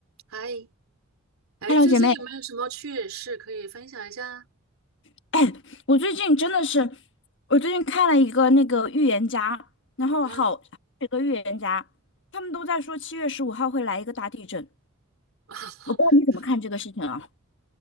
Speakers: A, on the right (about 80°); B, on the left (about 60°).
A: 嗨，哎，
B: Hello，
A: 最近有没有什么趣事可以分享一下？
B: 姐妹，<clears throat> 哎，我最近真的是，我最近看了一个那个预言家，然后好几个预言家，
A: 嗯，
B: 他们都在说七月十五号会来一个大地震，
A: <laughs>
B: 我不知道你怎么看这个事情啊？